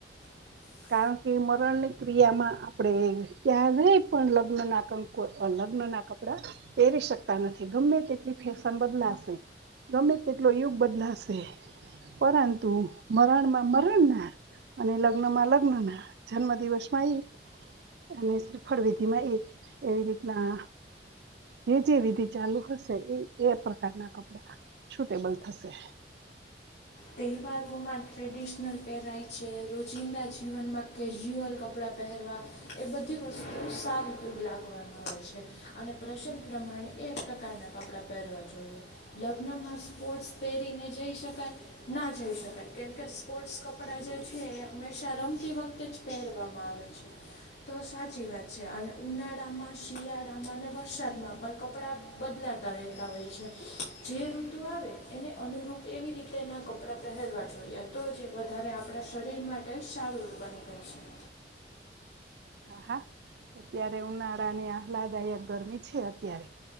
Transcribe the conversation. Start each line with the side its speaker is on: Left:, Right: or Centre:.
Left: <inaudible>
Right: કારણ કે મરણ ની ક્રિયા માં આપણેે ક્યા્યારે નય પણ લગ્ન ના કંકો અલગ્ન પરી શકતા નથી ગમે તેટલી ફેશન બદલાશે ગમે તેટલો યુગ બદલાશે પરંતુ મરણમાં મરણ ના અને લગ્ન માં લગ્ન ના જન્મ દિવસ માં એઈ અને શ્રીફળ વિધિ માં એ એવી રીતના જે જે વિધિ ચાલુ હશે એ એ પ્રકારના કપડા સુૂટેબલ થશે
Left: તહેવારોમાં ટ્રેડિશનલ પહેરાય છે રોજિંદા જીવનમાં કેઝ્યુઅલ કપડાં પહેરવા એ બધી વસ્તુ સારી ઉપયોગ લાગવાના હોય છે અને પ્રસન પ્રમાણે એ પ્રકારનાં કપડાં પહેરવા જોઈએ લગ્નમાં સ્પોર્ટ્સ પહેરીને જઈ શકાય ના જઈ શકાય કેમ કે સ્પોર્ટ્સ કપડાં જે છે એ હંમેશા રમતી વખતે જ પહેરવામાં આવે હ છે તો સાચી વાત છે અને ઉનાળામાં શિયાળામાં અને વરસાદમાં પણ કપડાં બદલા હોય છે જે ઋતુ આવે એને અનુરૂપ એવી રીતે ના ક આપણા પહેરવા જોઈએ તો જે વધારે આપણા શરીર માટે સારું બની રહેશે <inaudible>
Right: હા હા અત્યારે ઉનાળાની આહલાદાયક ગરમી છે અત્યારે